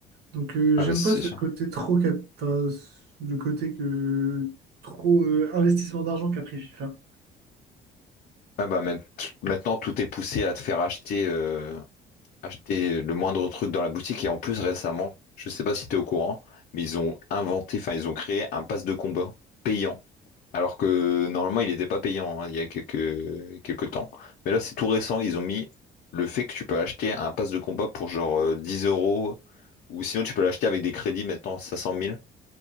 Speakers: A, on the right; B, on the left.
A: Donc euh,
B: Ah
A: j'aime
B: bah c'est
A: pas ce
B: sûr.
A: côté trop cap... enfin, ce- le côté que trop euh, investissement d'argent qu'a pris FIFA.
B: Ouais, bah, maint- maintenant, tout est poussé à te faire acheter euh, acheter le moindre truc dans la boutique. Et en plus, récemment, je sais pas si tu es au courant, mais ils ont inventé, enfin, ils ont créé un pass de combat payant. Alors que normalement, il n'était pas payant hein, il y a quelques, quelques temps. Mais là, c'est tout récent. Ils ont mis le fait que tu peux acheter un pass de combat pour genre euh, 10 euros. Ou sinon, tu peux l'acheter avec des crédits maintenant, 500 000.